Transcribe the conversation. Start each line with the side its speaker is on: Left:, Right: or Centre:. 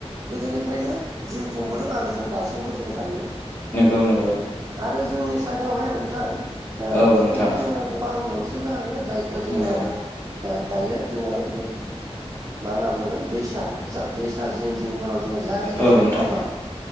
Right: गोदोनिफ्रायनो जिउ खुंबोदों आरो जों दासिमबो जों जायो।
Left: नोंगौ नोंगौ।
Right: आरो जोंनि साइडावहाय नोंथां ओ
Left: औ
Right: बेखौबो
Left: नोंथां
Right: जोङो गोबां मोनसोगारो जायखौ जोङो
Left: नंगौ
Right: ओ दायो जोङो बेब मा होनना बुंगोन दैसा जा दैसा जिं जिंफोराव जोङो जारि बिलाइ
Left: औ नोंथां
Right: नङा होमबा